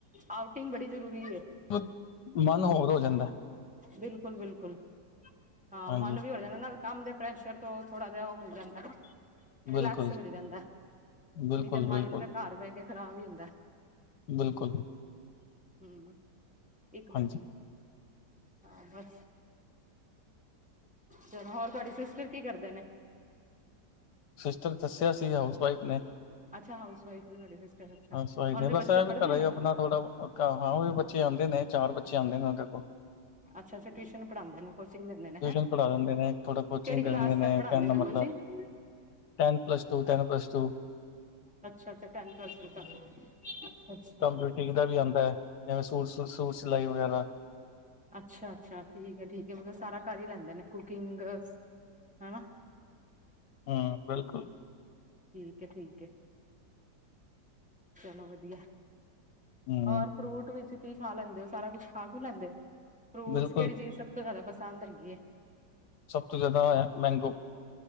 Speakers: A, in the centre; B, on the left.
A: ਆਊਟਿੰਗ ਬੜੀ ਜ਼ਰੂਰੀ ਏ
B: <unintelligible> ਮਨ ਹੋਰ ਹੋ ਜਾਂਦੈ।
A: ਬਿਲਕੁਲ, ਬਿਲਕੁਲ। ਹਾਂ,
B: ਹਾਂਜੀ
A: ਮਨ ਵੀ ਹੋ ਜਾਨਾ ਨਾਲ ਕੰਮ ਦੇ ਪ੍ਰੈਸ਼ਰ ਤੋਂ ਥੋੜਾ ਜਿਆ ਓ ਮਿਲ ਜਾਂਦਾ ਨਾ ਰਿਲੈਕਸ
B: ਬਿਲਕੁਲ
A: ਮਿਲ ਜਾਂਦਾ।
B: ਬਿਲਕੁਲ
A: ਨਹੀਂ, ਤੇ ਮਾਇੰਡ
B: ਬਿਲਕੁਲ
A: ਤੇ ਘਰ ਬਹਿ ਕੇ ਖ਼ਰਾਬ ਹੀ ਹੁੰਦਾ।
B: ਬਿਲਕੁਲ
A: ਹੂੰ--ਇੱਕ ਮਿੰ।
B: ਹਾਂਜੀ
A: ਹਾਂ, ਬਸ ਚਲੋ, ਹੋਰ ਤੁਹਾਡੀ ਸਿਸਟਰ ਕੀ ਕਰਦੇ ਨੇ
B: ਸਿਸਟਰ ਦੱਸਿਆ ਸੀ। ਹਾਊਸ ਵਾਈਫ ਨੇ
A: ਅੱਛਾ, ਹਾਊਸ ਵਾਈਫ ਨੇ ਤੁਹਾਡੇ ਸਿਸਟਰ। ਅੱਛਾ,
B: ਹਾਊਸ ਵਾਈਫ
A: ਓਨਾਂ
B: ਨੇ
A: ਦੇ
B: ਬਸ
A: ਬੱਚੇ
B: ਇਹ ਵੀ
A: ਪੜ੍ਹਦੇ
B: ਘਰੇ
A: ਨੇ
B: ਆਪਣਾ ਥੋੜਾ ਔਖਾ--ਹਾਂ, ਉਹ ਵੀ ਬੱਚੇ ਆਉਂਦੇ ਨੇ ਚਾਰ ਬੱਚੇ ਆਉਂਦੇ ਨੇ ਉਹਦੇ ਕੋਲ
A: ਅੱਛਾ, ਅੱਛਾ। ਟਿਊਸ਼ਨ ਪੜ੍ਹਾਂਦੇ ਨੇ ਕੋਚਿੰਗ ਦਿੰਦੇ ਨੇ
B: ਟਿਊਸ਼ਨ
A: ਹੈਂ,
B: ਪੜ੍ਹਾ ਦਿੰਦੇ ਨੇ ਥੋੜਾ ਕੋਚਿੰਗ
A: ਕਿਹੜੀ ਕਲਾਸ
B: ਦੇ ਦਿੰਦੇ
A: ਤੱਕ ਪੜ੍ਹਾਂਦੇ
B: ਕਹਿਣ ਦਾ
A: ਨੇ coaching
B: ਮਤਲਬ
A: <inaudible>
B: ten, plus two. Ten, plus two
A: ਅੱਛਾ, ਅੱਛਾ। ਟੈਨ, ਪਲੱਸ ਟੂ ਤਕ। ਅੱਛਾ, ਅੱਛਾ
B: ਬੂਟੀਕ ਦਾ ਵੀ ਆਂਦਾ। ਜਿਵੇਂ- ਸੂਟ, ਸੂਟ ਸਿਲਾਈ ਵਗੈਰਾ
A: ਅੱਛਾ, ਅੱਛਾ। ਠੀਕ ਆ, ਠੀਕ ਏ ਮਤਲਬ ਸਾਰਾ ਕਰ ਹੀ ਲੈਂਦੇ ਨੇ ਕੁਕਿੰਗ ਹੈਨਾ
B: ਹੂੰ, ਬਿਲਕੁਲ
A: ਠੀਕ ਏ, ਠੀਕ ਏ ਚਲੋ, ਵਧੀਆ।
B: ਹਮ
A: ਔਰ ਫਰੂਟ ਵਿੱਚ ਕੀ ਖਾ ਲੈਂਦੇ ਹੋ। ਸਾਰਾ ਕੁਛ ਖਾ-ਖੂ ਲੈਂਦੇ ਹੋ। ਫਰੂਟਸ
B: ਬਿਲਕੁਲ
A: ਕਿਹੜੀ ਚੀਜ਼ ਸਭ ਤੋਂ ਜ਼ਦਾ ਪਸੰਦ ਹੈਗੀ ਹੈ।
B: ਸਭ ਤੋਂ ਜ਼ਿਆਦਾ ਮੈਂਗੋ